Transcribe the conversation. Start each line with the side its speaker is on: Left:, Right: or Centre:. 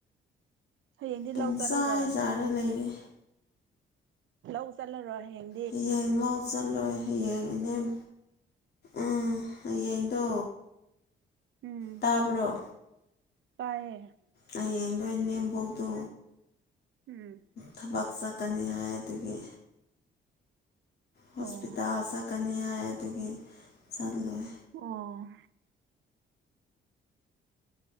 Right: ꯍꯌꯦꯡꯗꯤ
Left: ꯄꯨꯡꯆꯥꯏ
Right: ꯂꯧ ꯆꯠꯂꯔꯣꯏ
Left: ꯆꯥꯏꯔ ꯂꯩꯔꯦ
Right: ꯂꯧ ꯆꯠꯂꯔꯣꯏ ꯍꯌꯦꯡ
Left: ꯍꯌꯦꯡ ꯂꯧ ꯆꯠꯂꯣꯏ ꯍꯌꯦꯡ ꯏꯅꯦꯝ ꯎꯝ ꯍꯌꯦꯡꯗꯣ
Right: ꯎꯝ
Left: ꯇꯥꯕ꯭ꯔꯣ
Right: ꯇꯥꯏꯌꯦ
Left: ꯍꯌꯦꯡꯗꯣ ꯏꯅꯦꯝꯕꯣꯛꯇꯣ
Right: ꯎꯝ
Left: ꯊꯕꯛ ꯆꯠꯀꯅꯤ ꯍꯥꯏ ꯑꯗꯨꯒꯤ ꯍꯣꯁꯄꯤꯇꯥꯜ
Right: ꯑꯣ
Left: ꯆꯠꯀꯅꯤ ꯍꯥꯏ ꯑꯗꯨꯒꯤ ꯆꯠꯂꯣꯏ
Right: ꯑꯣ